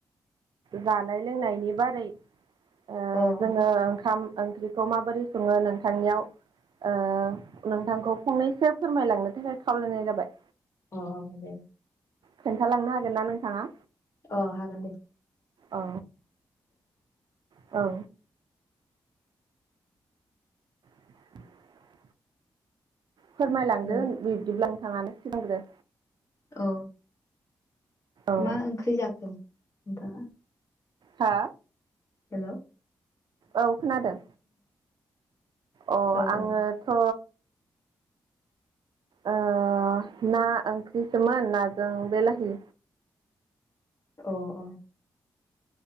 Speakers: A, on the right; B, on the left.
A: जानाय लोंनायनि बारै आ
B: अ
A: जोङो ओंखाम ओंख्रिखौ माबोरै सङो नोंथांनियाव ओ नोंथांखौ फंनैसो फोरमायलांनो थाखाय खावलायनाय जाबाय
B: अ दे
A: खोन्थालांनो हागोन ना नोंथाङा
B: अ हागोन दे <inaudible>
A: औ औ <inaudible> फोरमायलांदो
B: हेलौ
A: बिब्दिब्ला नोथाङानो सिगांग्रो
B: औ
A: औ
B: मा ओंख्रि जाखो दा <inaudible>
A: हा
B: हेल'
A: औ खोनादों अ
B: औ
A: आङोथ' ओ ना ओंख्रिसोमोन नाजों बेलाहि
B: अ अ